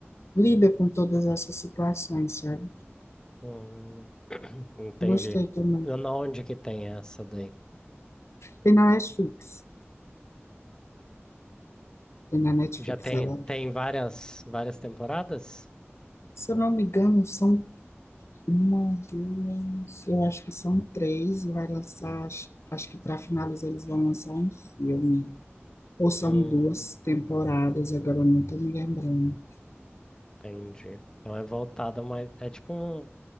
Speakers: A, on the left (about 80°); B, on the left (about 15°).
A: lida com todas essas situações, sabe?
B: Hum, <clears throat> entendi.
A: Gostei também.
B: Eu não- Onde que tem essa daí?
A: Tem na Netflix. Tem na Netflix,
B: Já tem,
A: ela.
B: tem várias, várias temporadas?
A: Se eu não me engano, são uma, duas, eu acho que são três. E Vai lançar, acho, acho que para finalizar eles vão lançar um filme. Ou são
B: Hum,
A: duas temporadas, agora eu não estou me lembrando.
B: entendi. Então é voltada mais. É tipo um,